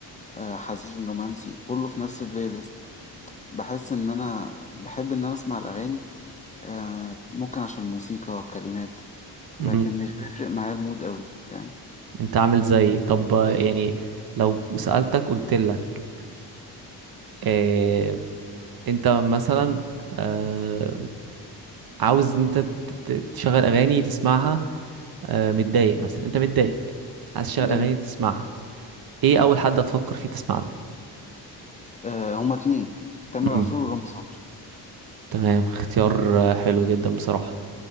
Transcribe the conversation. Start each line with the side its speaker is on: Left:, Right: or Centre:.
Left: آه، حزين رومانسي كله في نفس البلاي ليست بحس ان انا بحب ان انا اسمع الاغاني آه، ممكن عشان الموسيقى كلمات لكن
Right: امم
Left: مش بيفرق معايا المود قوي فاهم
Right: انت عامل زيي طب يعني لو سألتك قلت لك اه انت مثلا اه عاوز انت ت- ت- تشغل اغاني تسمعها اه متضايق مثلا انت متضايق عايز تشغل
Left: جميل
Right: اغاني تسمعها ايه اول حد هتفكر فيه تسمع له
Left: آه، هما اتنين تامر
Right: امم
Left: عاشور ورامي صبري
Right: تمام اختيار آه، حلو جدا بصراحة